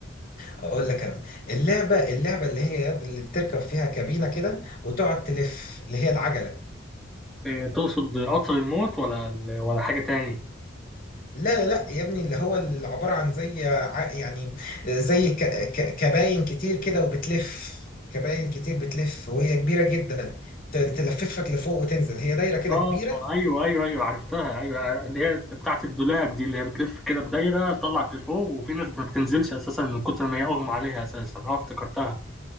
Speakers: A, on the left (about 50°); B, in the centre.
A: اقول لك انا اللعبه اللعبه اللي هي يد اللي بتركب فيها كابينه كده وتقعد تلف اللي هي العجله
B: إيه تقصد قطر الموت ولا ولا حاجه تاني
A: لا لا لا يا ابني اللي هو اللي عباره عن زي ع- يعني زي ك... ك... كباين كتير كده وبتلف كباين كتير بتلف وهي كبيره جدا ت- تلففك لفوق وتنزل هي دايره كده
B: اه
A: كبيره
B: ايوه ايوه ايوه عرفتها ايوه اللي هي بتاعه الدولاب دي اللي هي بتلف كده بدايره تطلعك لفوق وفي ناس ما بتنزلش اساسا من كتر ما هي اغمى عليها اساسا اه افتكرتها